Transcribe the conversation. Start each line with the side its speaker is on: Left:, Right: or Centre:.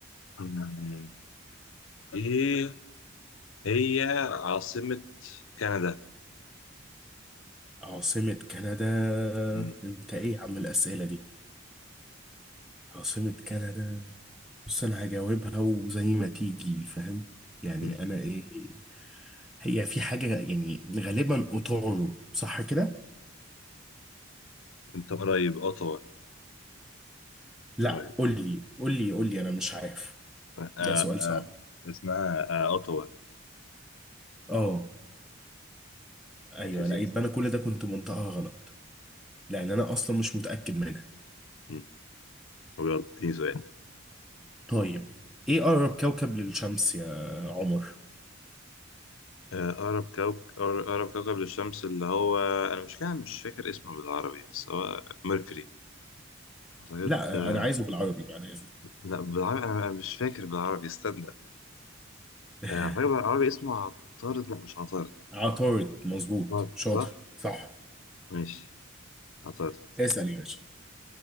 Left: مم. ايه هي عاصمة كندا
Centre: عاصمة كندا
Left: مم.
Centre: انت ايه يا عم الأسئلة دي عاصمة كندا بص انا هجاوبها وزي ما تيجي فاهم يعني
Left: مم.
Centre: انا ايه هي في حاجة يعني غالبا اوتورو صح كده
Left: انت قريب اوتوا
Centre: لا
Left: قريب
Centre: قول لي قول لي قول لي انا مش عارف
Left: آه... آه...
Centre: ده سؤال صعب
Left: اسمها آه... اوتوا
Centre: اه ايوه
Left: ماشي يا سيدي
Centre: لا يبقى انا كل ده كنت منطقها غلط لان انا اصلا مش متاكد منها
Left: مم. طب يلا اديني سؤال
Centre: طيب ايه اقرب كوكب للشمس يا عمر
Left: آه، أقرب كوكب أقرب كوكب للشمس اللي هو أنا مش كده مش فاكر اسمه بالعربي بس هو ميركوري أعتقد
Centre: لا
Left: آه،
Centre: انا عايزه بالعربي بعد اذنك
Left: لا بالعربي أنا أنا مش فاكر بالعربي استنى
Centre: <laughs>
Left: آه، أعتقد بالعربي اسمه عطارد لا مش عطارد
Centre: عطارد مظبوط
Left: عطارد
Centre: شاطر
Left: صح؟
Centre: صح
Left: ماشي عطارد
Centre: اسال يا باشا